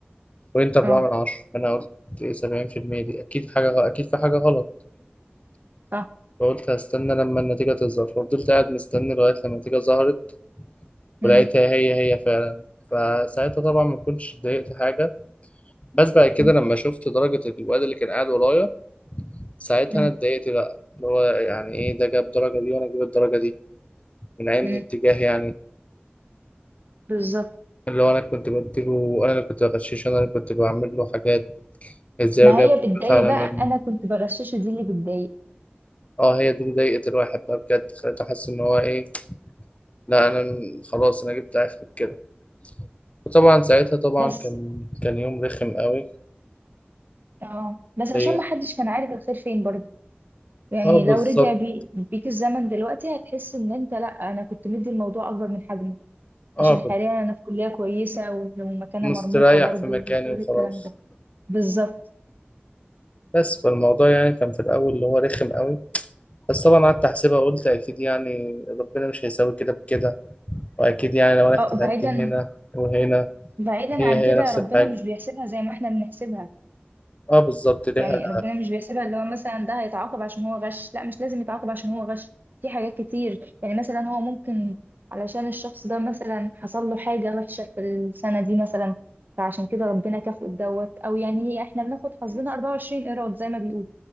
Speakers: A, on the left; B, on the right.
A: بوينت أربعة
B: اه
A: من عشرة فأنا قلت إيه سبعين في المية دي أكيد حاجة غ- أكيد في حاجة غلط
B: صح
A: فقلت هستنى لما النتيجة تظهر ففضلت قاعد مستني لغاية لما النتيجة ظهرت
B: مم.
A: ولقيتها هي هي فعلا فساعتها طبعا ما كنتش اتضايقت حاجة بس بعد كده
B: مم.
A: لما شفت درجة الواد اللي كان قاعد ورايا ساعتها
B: مم.
A: أنا اتضايقت بقى اللي هو يعني إيه ده جاب الدرجة دي وأنا أجيب الدرجة دي من عين
B: مم.
A: اتجاه يعني
B: بالظبط
A: اللي هو انا كنت بديله انا اللي كنت بغششه انا اللي كنت بعمل له حاجات ازاي
B: ما
A: وجاب
B: هي بتضايق
A: فلوس على
B: بقى
A: من
B: انا كنت بغششه دي اللي بتضايق
A: اه هي دي اللي ضايقت الواحد بقى بجد خليته حس ان هو ايه لا انا م- خلاص انا جبت اخر كده وطبعا ساعتها طبعا
B: بس
A: كان كان يوم رخم قوي
B: اه بس
A: ليا
B: عشان ما حدش كان عارف الخير فين برضه يعني
A: اه بالظبط
B: لو رجع بي... بيك الزمن دلوقتي هتحس ان انت لا انا كنت مدي الموضوع اكبر من حجمه
A: اه
B: عشان
A: كنت
B: حاليا انا في كلية كويسة و- ومكانة
A: مستريح
B: مرموقة برضه
A: في مكاني
B: وكل
A: وخلاص
B: الكلام ده بالظبط
A: بس فالموضوع يعني كان في الاول اللي هو رخم قوي بس طبعا قعدت احسبها قلت اكيد يعني ربنا مش هيساوي كده بكده واكيد يعني لو انا اجتهدت
B: اه وبعيدا
A: هنا وهنا
B: بعيدا
A: هي
B: عن
A: هي
B: كده
A: نفس
B: ربنا
A: الحاجه
B: مش بيحسبها زي ما احنا بنحسبها
A: اه بالظبط ليها
B: يعني ربنا مش بيحسبها اللي هو مثلا ده هيتعاقب عشان هو غش لا مش لازم يتعاقب عشان هو غش في حاجات كتير يعني مثلا هو ممكن علشان الشخص ده مثلا حصل له حاجة وحشة في السنة دي مثلا فعشان كده ربنا كافئه بدوت او يعني هي احنا بناخد حظنا 24 قيراط زي ما بيقول